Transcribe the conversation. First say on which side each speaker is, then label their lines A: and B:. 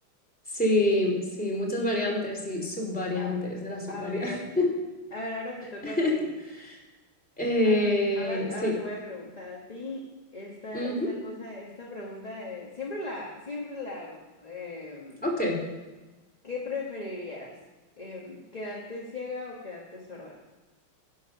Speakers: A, in the centre; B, on the left (about 25°).
A: Sí, sí, muchas variantes y subvariantes
B: A,
A: de la subvariante.
B: a ver, a ver, ahora te toca
A: <laughs>
B: a ti.
A: Eh,
B: Ah, ahora, ahora
A: sí,
B: te voy a preguntar a ti esta,
A: ujú,
B: esta cosa, esta pregunta, eh, siempre la, siempre la hago. Em,
A: Ok.
B: ¿qué preferirías? Em, ¿quedarte ciega o quedarte sorda?